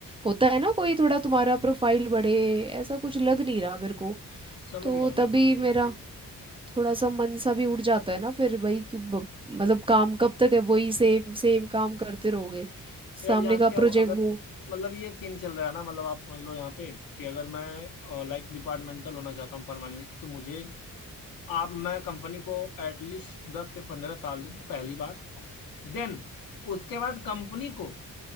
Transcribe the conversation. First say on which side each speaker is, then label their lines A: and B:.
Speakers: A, on the right; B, on the left.
A: होता है ना कोई थोड़ा तुम्हारा प्रोफाइल बढ़े ऐसा कुछ लग नहीं रहा मेरे को
B: समझ
A: तो
B: गया मैं
A: तभी
B: समझ गया
A: मेरा
B: आपके
A: थोड़ा सा मन सा भी उड़ जाता है ना फिर वही कि ब- मतलब काम कब तक है वही सेम सेम काम करते रहोगे
B: यार
A: सामने
B: जानते
A: का
B: हो
A: प्रोजेक्ट
B: अगर
A: वो
B: मतलब ये सीन चल रहा है ना मतलब आप समझ लो यहाँ पे कि अगर मैं लाइक डिपार्टमेंटल होना चाहता हूँ परमानेंट तो मुझे आप मैं कंपनी को एटलीस्ट दस से पंद्रह साल दूं पहली बात देन उसके बाद कंपनी को